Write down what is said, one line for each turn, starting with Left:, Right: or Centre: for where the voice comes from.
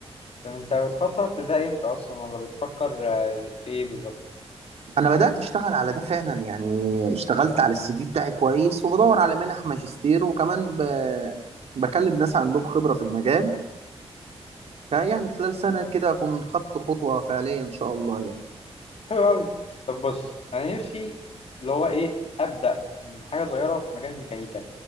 Left: فانت بتخطط لده امتى اصلا ولا بتفكر آه، في ايه بالظبط
Right: انا بدات اشتغل على ده فعلا يعني اشتغلت على السي في بتاعي كويس وبدور على منح ماجستير وكمان ب... بكلم ناس عندهم خبره في المجال يعني خلال سنه كده اكون خدت خطوه فعليه ان شاء الله يعني
Left: حلو قوي طب بص انا نفسي اللي هو ايه ابدا من حاجه صغيره في مجال الميكانيكا